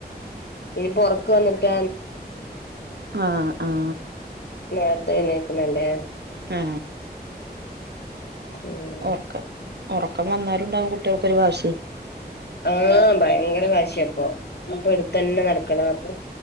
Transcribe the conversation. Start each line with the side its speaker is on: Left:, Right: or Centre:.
Left: ഇനിപ്പൊ ഒറക്ക് വന്ന്ട്ടാ
Right: ആ ആ
Left: നേരത്തെ എഴുന്നേൽക്കുന്നല്ലേ
Right: ആ
Left: ഉം
Right: ഒറക്കം ഒ റക്കം വന്നാലുണ്ടാവും കുട്ട്യാൾക്കൊരു വാശി
Left: ആ ഭയങ്കര വാശിപ്പൊ അപ്പൊ എടുത്തെന്നെ നടക്കണം അപ്പൊ